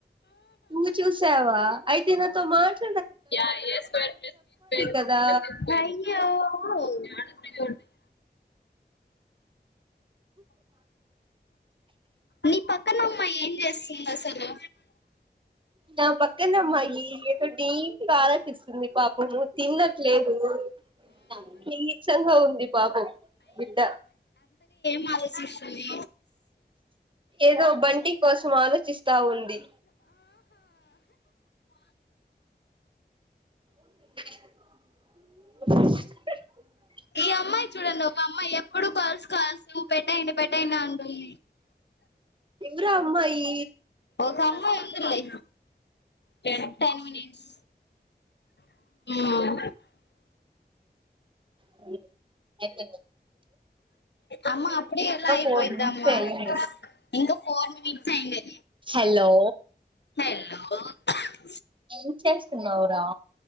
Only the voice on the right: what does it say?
నువ్వు చూసావా అయితే నాకు. తౌ మార్చు.
కదా
నా పక్కనమ్మాయి ఏదో డీప్ గా ఆలోచిస్తోంది పాపము తినట్లే. ఓయ్. కీచంగా ఉంది పాపం బిడ్డ.
ఏదో బంటి కోసం ఆలోచిస్త దావొల్లు ది <unintelligible>
ఎవురా అమ్మాయి
ఆ ఎక
ఫోర్ మినిట్స్ అయింది
హలో
ఏం చేస్తున్నావురా